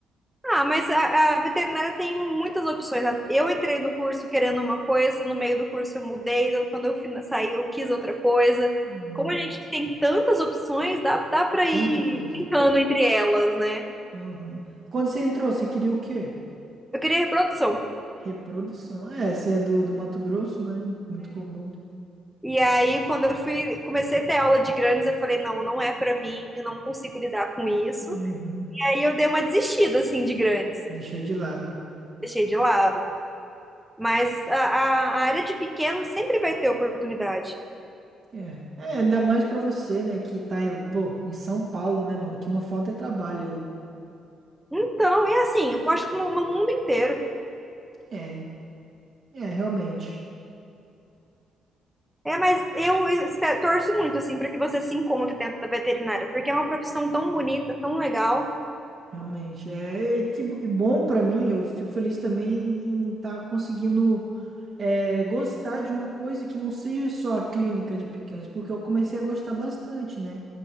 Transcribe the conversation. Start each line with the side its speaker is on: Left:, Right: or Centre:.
Centre: Ah, mas a, a veterinária tem muitas opções. né? Eu entrei no curso querendo uma coisa, no meio do curso eu mudei, então, quando eu fui sair eu quis outra coisa.
Right: Hum,
Centre: Como a gente tem tantas opções, dá, dá para ir
Right: muita coisa.
Centre: brincando entre elas, né?
Right: Aham. Quando você entrou, você queria o quê?
Centre: Eu queria reprodução.
Right: Reprodução. É, você é do, do Mato Grosso, né? Muito comum.
Centre: E aí, quando eu fui, comecei a ter aula de grandes, eu falei, não, não é pra mim, eu não consigo lidar com isso.
Right: Uhum.
Centre: aí eu dei uma desistida, assim, de grandes.
Right: Deixou de lado.
Centre: Deixei de lado. Mas a, a- a área de pequeno sempre vai ter oportunidade.
Right: É, é, ainda mais pra você, né, que tá, em- pô, em São Paulo, né, mano, que não falta é trabalho aí.
Centre: Então, é assim, eu acho que no, no mundo inteiro.
Right: É, é, realmente,
Centre: É, mas eu espe- torço muito, assim, para que você se encontre dentro da veterinária, porque é uma profissão tão bonita, tão legal.
Right: realmente. É, é que bo- e bom pra mim, eu fico feliz também em estar conseguindo é, gostar de uma coisa que não seja só a clínica de pequenos, porque eu comecei a gostar bastante, né,